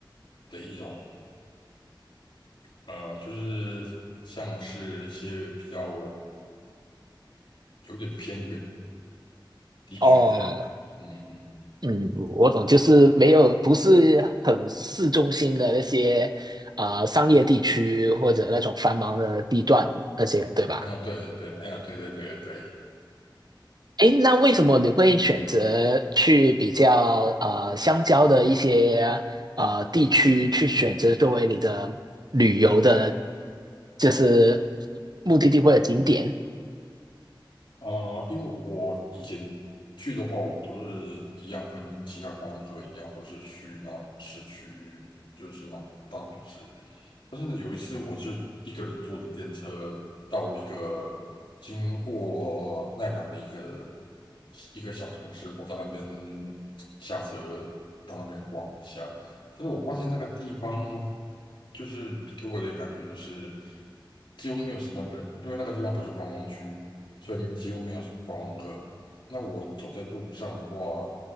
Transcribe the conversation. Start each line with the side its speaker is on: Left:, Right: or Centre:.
Left: 的一种，呃，就是像是一些比较有点偏远。地区这样子嗯嗯嗯，
Right: 哦。嗯，我懂，就是没有不是很市中心的那些啊、呃商业地区或者那种繁忙的地段那些，对吧？
Left: 哎呀，对对，哎呀，对对对对，
Right: 诶，那为什么你会选择去比较呃相交的一些呃地区去选择作为你的旅游的，就是目的地或者景点？
Left: 啊、因为我以前去的话，我都是一样跟其他观光客一样，都是去那种市区，就是那种大城市。但是有一次我是一个人坐的电车到一个经过奈良的一个一个小城市，我在那边下车到那边逛一下，但是我发现那个地方就是给我的感觉就是几乎没有什么人，因为那个地方不是观光区，所以几乎没有观光客。那我走在路上的话，